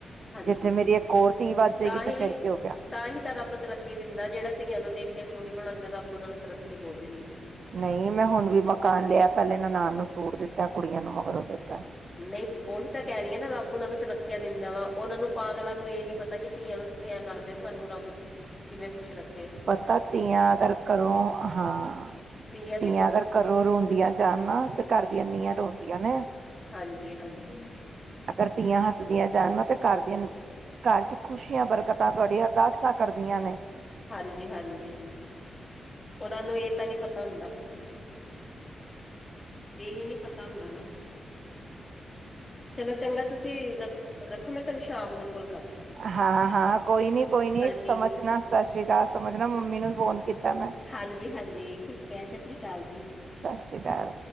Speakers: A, on the left; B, on the right.
A: ਹਾਂਜੀ
B: ਇਥੇ ਮੇਰੀ ਧੀ ਵੱਜ ਜਾਏਗੀ
A: ਤਾਂ
B: ਤੇ
A: ਹੀ,
B: ਫੇਰ ਕੀ ਹੋ ਗਿਆ
A: ਤਾਂ ਹੀ ਤਾਂ ਰੱਬ ਤਰੱਕੀ ਦਿੰਦਾ ਜਿਹੜਾ ਧੀਆਂ ਨੂੰ ਦੇਖ ਕੇ ਮੁਨੀ ਬਣ ਅੰਦਰ ਰੱਬੂ ਨਾਲ ਤਰੱਕੀ ਬੋ ਦਿੰਦਾ।
B: ਨਹੀਂ। ਮੈਂ ਹੁਣ ਵੀ ਮਕਾਨ ਲਿਆ। ਪਹਿਲੇ ਨਨਾਨ ਨੂੰ ਸੂਟ ਦਿੱਤਾ ਕੁੜੀਆਂ ਨੂੰ ਮਗਰੋਂ ਦਿੱਤਾ
A: ਨਹੀਂ ਉਹੀ ਤਾਂ ਕਹਿ ਰਹੀਆਂ ਨਾ। ਰੱਬ ਉਹਨਾਂ ਨੂੰ ਤਰੱਕੀਆ ਦਿੰਦਾ ਵਾ। ਉਹਨਾਂ ਨੂੰ ਪਾਗਲਾਂ ਨੂੰ ਇਹ ਨੀ ਪਤਾ ਕਿ ਧੀਆਂ ਨੂੰ ਤੁਸੀਂ ਐਂ ਕਰਦੇ ਹੋ ਤੁਹਾਨੂੰ ਰੱਬ। ਕਿਵੇਂ ਖੁਸ਼ ਰੱਖ।
B: ਪਤਾ ਧਿਆਂ ਅਗਰ ਘਰੋਂ ਹਾਂ।
A: ਧੀਆਂ
B: ਧਿਆਂ
A: ਦੀ
B: ਅਗਰ ਘਰੋਂ ਰੋਂਦੀਆਂ ਜਾਣ ਨਾ। ਤੇ ਘਰ ਦੀਆਂ ਨੀਆਂ ਰੋਂਦੀਆਂ ਨੇ
A: ਹਾਂਜੀ-ਹਾਂਜੀ।
B: ਅਗਰ ਧੀਆਂ। <unintelligible> ਜਾਣ ਤੇ ਘਰ ਦੀਆਂ ਘਰ ਚੁ ਖੁਸ਼ੀਆਂ, ਬਰਕਤਾਂ ਤੁਹਾਡੀਆਂ ਅਰਦਾਸਾਂ ਕਰਦੀਆਂ ਨੇ।
A: ਹਾਂਜੀ-ਹਾਂਜੀ। ਉਹਨਾਂ ਨੂੰ ਇਹ ਤਾਂ ਨੀ ਪਤਾ ਹੁੰਦਾ। ਇਹੀ ਨੀ ਪਤਾ ਹੁੰਦਾ ਉਹਨਾਂ ਨੂੰ। ਚਲੋ ਚੰਗਾ ਤੁਸੀਂ ਰ, ਰੱਖੋ ਮੈਂ ਤੁਹਾਨੂੰ ਸ਼ਾਮ ਨੂੰ ਕੋਲ ਕਰ
B: ਹਾਂ-ਹਾਂ ਕੋਈ ਨੀ, ਕੋਈ ਨੀ
A: ਜੀ
B: ਸਮਝਣਾ ਸਤਿ ਸ੍ਰੀ ਅਕਾਲ ਸਮਝਣਾ ਮੰਮੀ ਨੂੰ ਫੋਨ ਕੀਤਾ ਮੈਂ
A: ਹਾਂਜੀ ਹਾਂਜੀ ਠੀਕ ਹੈ। ਸਤਿ ਸ਼੍ਰੀ ਅਕਾਲ ਜੀ।
B: ਸਤਿ ਸ਼੍ਰੀ ਅਕਾਲ।